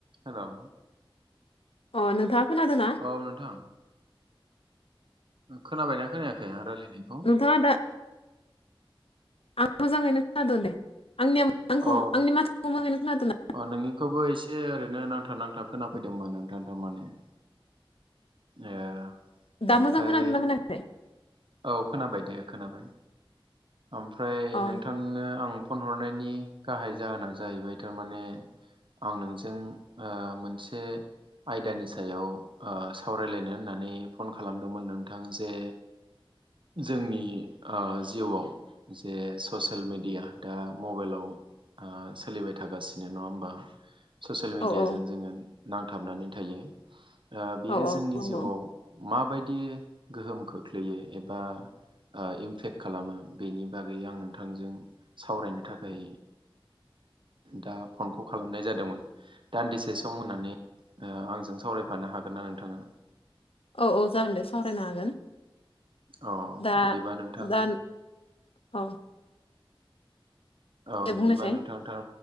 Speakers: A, on the right (about 60°); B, on the left (about 80°).
A: हेलौ
B: अ नोंथाङा खोनादोंना
A: औ नोंथां खोनाबायना खोनायाखै आं रायलायनायखौ
B: खोनादो आं मोजाङैनो खोनादों दे आंनिया आंखौ
A: अ
B: आंनि माथोखौ मोजाङैनो खोनादों ना
A: अ नोंनिखौबो एसे ओरैनो नांथा नांथा खोनाफैदोंमोन नोंथां थारमाने ए
B: दा
A: ओमफ्राय
B: मोजां खोनादोंना खोनायाखै
A: औ खोनाबाय दे खोनाबाय ओमफ्राय
B: अ
A: नोंथां नो आं फन हरनायनि गाहाय जाहोना जाहैबाय थारमाने आं नोंजों ओ मोनसे आयदानि सायाव सावरायलायनो होननानै फन खालामदोंमोन नोंथां जे जोंनि जिउआव जे ससियेल मिडिया दा मबाइलाव सोलिबाय थागासिनो नङा होमबा ससियेल मिडियाजों
B: औ औ
A: जोङो नांथाबनानै थायो बियो
B: औ औ
A: जोंनि
B: नंगौ
A: जिउआव माबायदि गोहोम खोख्लैयो ए बा इमफेक्ट खालामो बेनि बागै आं नोंथांजों सावरायनो थाखाय दा फनखौ खालामनाय जादोंमोन दान्दिसे सम होननानै आंजों सावरायफानो हागोन ना नोंथाङा
B: औ औ जागोन दे सावरायनो हागोन
A: अ
B: दा
A: बिदिबा नोंथां
B: दा औ
A: औ
B: दे
A: बिदिबा
B: बुंनोसै
A: नोंथांदों